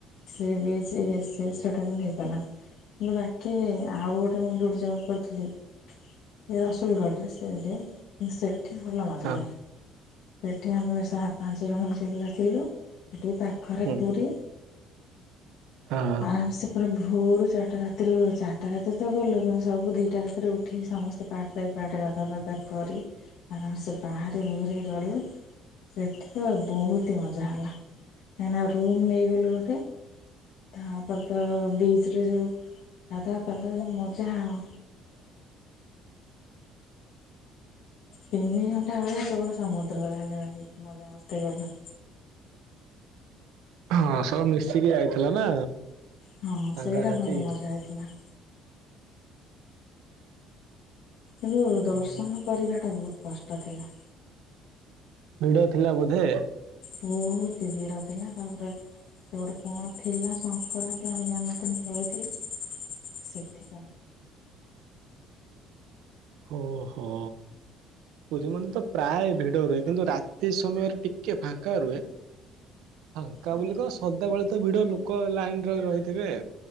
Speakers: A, on the left; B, on the right.
A: ସି ବିଜ ରେ ସେଇଟା <unintelligible> ହେଇପାରିଲାନି। କିନ୍ତୁ ବାକି ଆଉ ଗୋଟେ ମୁଁ ଯୋଡ଼ି ଜବ କରିଥିଲି ଏ ରସୁଲଘଡ଼ରେ ସେଠ୍ ଇନ୍ସେଟ ଏଠି ଭଲ ମଜା
B: ହଁ
A: ହେଲେ ସେଠି ଆମେ ଶା ପାଞ୍ଚ ଜଣ ଏକେଲା ଥିଲୁ ସେଠି ପାଖରେ
B: ହୁଁ
A: ପୁରୀ
B: ହଁ।
A: ଆରାମ ସେ ପୁରା ଭୋରୁ ଚାରିଟା ରାତିରୁ ଚାରିଟା ରାତିରେ ତ ଗଲୁ କିନ୍ତୁ ସବୁ ଦିଟା ରାତିରେ ଉ ଠିକି ସମସ୍ତେ ପାଟ୍ ବାଇ ପାଟ୍ ଗାଧା ପାଦା କରି ଆରାମସେ ବାହାରି ବୁହରି ଗଲୁ। ସେଠୁ ତ ବହୁତ ହି ମଜା ହେଲା କାହିଁକିନା ରୁମ୍ ନେଇଗଲୁ ଗୋଟେ। ତାପରେ ତ ବିଚ୍ ରେ ଯୋଉ ଗାଧୁଆ ପାଧୁଆ ଯୋଉ ମଜା ଆ ତିନି ଘଣ୍ଟା ଭେଳିଆ କେବଳ ସମୁଦ୍ରରେ ଆମେ ମଜାମସ୍ତି କଲୁ।
B: ହଁ ସବୁ ମିଶିକି ଯାଇଥିଲା ନା?
A: ହଁ
B: ସାଙ୍ଗସାଥି
A: ସେଇଟା ଭଲ ମଜା ହେଇଥିଲା। କିନ୍ତୁ ଦର୍ଶନ
B: ହୁଁ
A: କରିବାଟା ବହୁତ କଷ୍ଟ ଥିଲା।
B: ଭିଡ ଥିଲା ବୋଧେ।
A: ବହୁତି ଭିଡ ଥିଲା। ତା ପରେ ସେ ଗୋଟେ କଣ ଥିଲା ସଂକ୍ରାନ୍ତି ଆମେ ଜାଣି ନ ଥିଲୁ ପଳେଇ ଥିଲୁ, ସେଥିପାଇଁ?
B: ଓହୋ। ପୁରୀ ମନ୍ଦିର ତ ପ୍ରାୟ ଭିଡ଼ ରୁହେ କିନ୍ତୁ ରାତି ସମୟରେ ଟିକେ ଫାଙ୍କା ରୁହେ। ଫାଙ୍କା
A: ରାତିରେ
B: ବୋଲି କଣ, ସଦାବେଳେ ତ ଭିଡ
A: ସେଟା
B: ଲୋକ ଲାଇନରେ ରହିଥିବେ?